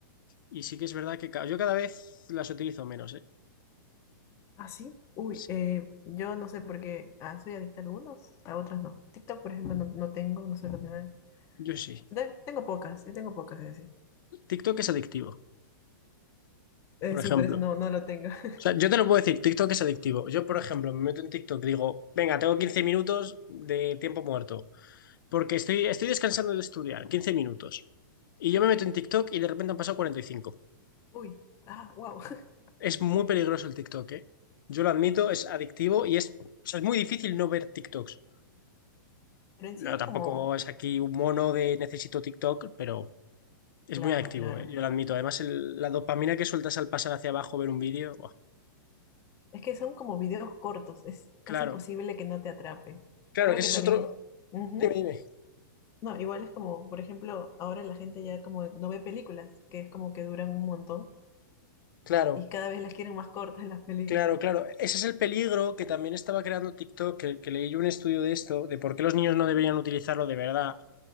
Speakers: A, on the left (about 70°); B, on the left (about 25°).
A: Y sí que es verdad que ca- yo cada vez las utilizo menos, ¿eh?
B: Ah, sí, uy,
A: Sí,
B: eh, yo no sé por qué, ah, soy adicta a algunos, a otros no. TikTok, por ejemplo, no, no tengo, no suelo tener.
A: yo sí.
B: De- Tengo pocas, yo tengo pocas, es decir.
A: TikTok es adictivo,
B: Eh,
A: por
B: sí,
A: ejemplo.
B: por eso no,
A: O
B: no lo tengo. <laughs>
A: sea, yo te lo puedo decir, TikTok es adictivo. Yo, por ejemplo, me meto en TikTok y digo, venga, tengo 15 minutos de tiempo muerto, porque estoy, estoy descansando de estudiar, 15 minutos. Y yo me meto en TikTok y de repente han pasado 45.
B: Uy, ah, wow. <laughs>
A: Es muy peligroso el TikTok, ¿eh? Yo lo admito,
B: Uy,
A: es adictivo y es, o sea, es muy difícil no ver TikToks.
B: pero en
A: No,
B: sí es
A: tampoco
B: como,
A: es aquí un mono de necesito TikTok, pero es
B: claro,
A: muy adictivo,
B: claro.
A: ¿eh? Yo lo admito. Además, el- la dopamina que sueltas al pasar hacia abajo, ver un vídeo, ¡buah!
B: Es que son como videos cortos, es
A: claro.
B: casi imposible que no te atrapen.
A: Claro,
B: Creo
A: que
B: que
A: ese
B: también,
A: es otro...
B: ujú.
A: Dime, dime.
B: No, igual es como, por ejemplo, ahora la gente ya como no ve películas, que es como que duran un montón
A: Claro.
B: y cada vez las quieren más cortas <laughs> las películas.
A: Claro, claro. Ese es el peligro que también estaba creando TikTok, que, que leí yo un estudio de esto, de por qué los niños no deberían utilizarlo de verdad.